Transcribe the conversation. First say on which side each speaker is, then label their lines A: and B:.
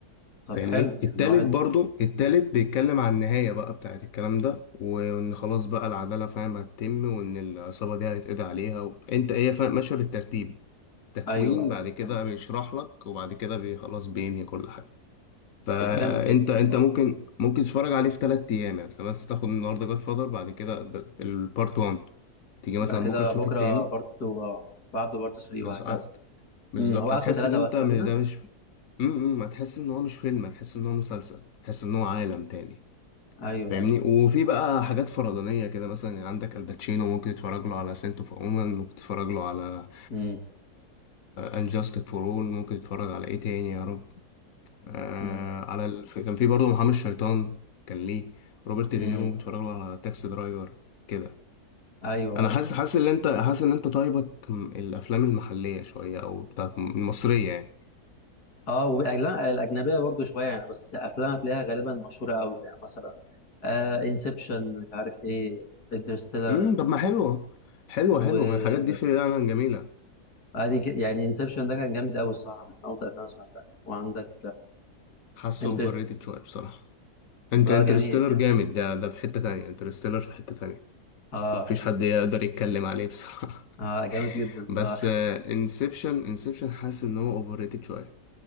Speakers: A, on the left; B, on the left.
A: طب
B: فاهمني
A: حلو يعني
B: التالت
A: واحد
B: برضو التالت بيتكلم عن النهاية بقى بتاعت الكلام ده وإن خلاص بقى العدالة فاهم هتتم وإن العصابة دي هيتقضي عليها و... أنت إيه فاهم ماشية بالترتيب تكوين
A: ايوه ايوه
B: بعد كده
A: فاهم.
B: بيشرح لك وبعد كده بي خلاص بينهي كل حاجة فأنت
A: طب جامد جدا الموضوع
B: أنت ممكن
A: ده
B: ممكن تتفرج عليه في تلات أيام يعني مثلا بس تاخد النهاردة جاد فاذر بعد كده البارت 1 تيجي
A: بعد
B: مثلا
A: كده
B: بكرة تشوف
A: بكره
B: التاني
A: بارتو اه بعده بارتو 3
B: بس
A: وهكذا
B: بالظبط
A: مم. هو اخره
B: هتحس
A: ثلاثه
B: ان انت
A: بس صح
B: م-
A: كده
B: ده مش امم هتحس ان هو مش فيلم هتحس ان هو مسلسل هتحس ان هو عالم تاني
A: ايوه
B: فاهمني
A: ايوه
B: وفي بقى حاجات فرضانية كده مثلا يعني عندك الباتشينو ممكن تتفرج له على سنت اوف وومن ممكن تتفرج له على
A: مم.
B: انجاستك فور اول ممكن تتفرج على ايه تاني يا رب آه
A: مم.
B: على الف... كان في برضه محامي الشيطان كان ليه روبرت
A: مم.
B: دينيرو ممكن تتفرج له على تاكسي درايفر كده
A: ايوه
B: انا حاسس حاسس ان انت حاسس ان انت طيبك م- الافلام المحلية شوية او بتاعت المصرية يعني
A: اه والاجنبيه الاجنبيه برضو شويه يعني بس افلام هتلاقيها غالبا مشهوره قوي يعني مثلا آه انسبشن مش عارف ايه انترستيلر
B: امم طب ما حلو حلوه
A: وعادي
B: حلوه من الحاجات دي فعلا جميله
A: ك- يعني انسبشن ده كان جامد قوي الصراحه من افضل الافلام اللي سمعتها وعندك
B: حاسه
A: انترست
B: اوفر ريتد شويه بصراحه انت
A: لا
B: انترستيلر
A: جميل جميل
B: جامد ده ده في حته تانية انترستيلر في حته تانية
A: اه
B: مفيش حد يقدر يتكلم عليه بصراحه
A: اه جامد جدا
B: <laughs>
A: صراحه
B: بس انسبشن انسبشن حاسس ان هو اوفر ريتد شويه